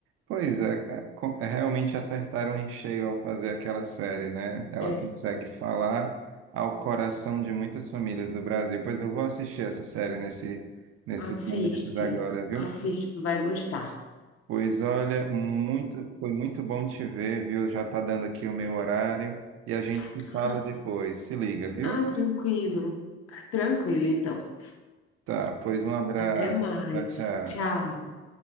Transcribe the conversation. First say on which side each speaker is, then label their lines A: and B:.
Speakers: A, on the right; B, on the left.
A: Pois é, é, co- é, realmente acertaram em cheio ao fazer aquela série, né? Ela
B: É,
A: consegue falar ao coração de muitas famílias do Brasil. Pois eu vou assistir essa série nesse, nesses
B: assiste,
A: momentos agora, viu?
B: assiste, tu vai gostar.
A: Pois olha, muito, foi muito bom te ver, viu? Já tá dando aqui o meu horário e a gente se
B: Ah,
A: fala depois. Se liga, viu?
B: ah, tranquilo, tranquilo, então.
A: Tá, pois um abraço.
B: Até mais.
A: Tchau, tchau.
B: Tchau.